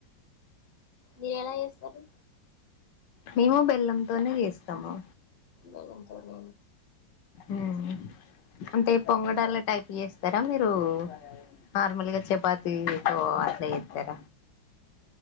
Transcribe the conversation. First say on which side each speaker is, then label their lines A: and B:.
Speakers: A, on the left; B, on the left.
A: మీరెల చేస్తరు
B: మేము బెల్లంతోనే చేస్తము
A: బెల్లంతోనే
B: ఉమ్ అంటే పొంగడాల టైప్ చేస్తార మీరు నార్మల్గా చపాతి తో అట్ల జేత్తర